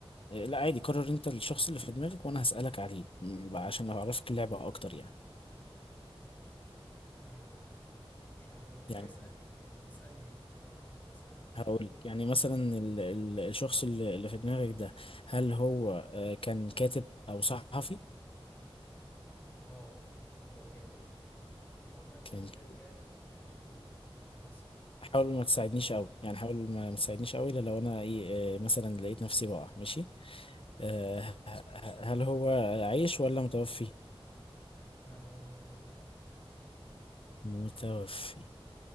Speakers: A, on the left; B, on the left.
A: آه، لا عادي قرر أنت الشخص اللي في دماغك وأنا هسألك عليه م، عشان أعرفك اللعبة أكتر يعني
B: آه... مش عارف طب ابدا
A: يعني
B: اسالني ك... طب اسالني انت كده و- ونسيبها على
A: هقول يعني مثلا ال- ال- الشخص اللي اللي في دماغك ده هل هو آه، كان كاتب او صحفي
B: اه هو كاتب هقول لك
A: كان
B: هو ك...
A: ك-
B: كاتب محبوب مصري
A: حاول ما تساعدنيش قوي يعني حاول ما ما تساعدنيش قوي الا لو انا ايه آه، مثلا لقيت نفسي بقع ماشي
B: خلاص
A: آه،
B: ماشي
A: ه- ه- هل هو عايش ولا متوفي
B: لا هو متوفي
A: متوفي